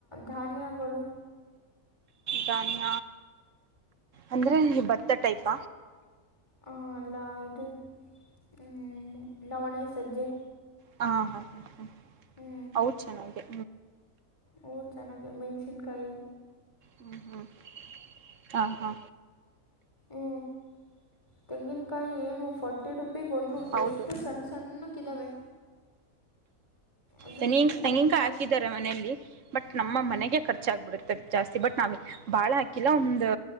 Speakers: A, on the left (about 20°); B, on the right (about 60°).
A: ಧಾನ್ಯಗಳು
B: ಧಾನ್ಯ ಅಂದ್ರೆ ಭತ್ತ ಟೈಪ
A: ಹಾ ಅಲ್ಲ ಇದು ಹ್ಮ್ ನವಣೆ ಸಜ್ಜೆ
B: ಹಾಂ ಹಾಂ ಹಾಂ ಹಾಂ
A: ಹ್ಞೂ
B: ಅವು ಚೆನ್ನಾಗಿದೆ
A: ಅವು ಚೆನ್ನಾಗಿ ಮೆಣ್ಸಿನ್ಕಾಯಿ
B: ಹ್ಮ ಹ್ಮ್ ಹಾ ಹಾ
A: ಹ್ಞೂ ತೆಂಗಿನಕಾಯಿ ಏನು ಫಾರ್ಟಿ ರುಪೀಗ ಒನ್ನು
B: ಹೌದು
A: ಎಷ್ಟು ಸಣ್ಣ ಸಣ್ಣಕ್ಕ್ದಾವೆ ಅದಕ್ಕನೆ
B: ತೆಂಗಿನ
A: ಫಾರ್ಟಿ
B: ತೆಂಗಿನಕಾಯಿ
A: ಫಾರ್ಟಿ
B: <unintelligible> ಮನೆಯಲ್ಲಿ ಬಟ್ ನಮ್ಮ
A: ಹ್ಞೂ
B: ಮನೆಗೆ ಖರ್ಚಾಗಗ್ಬಿಡುತ್ತೆ ಜಾಸ್ತಿ ಬಟ್ ನಾವ್ ಬಾಳ ಹಾಕಿಲ್ಲ ಒಂದು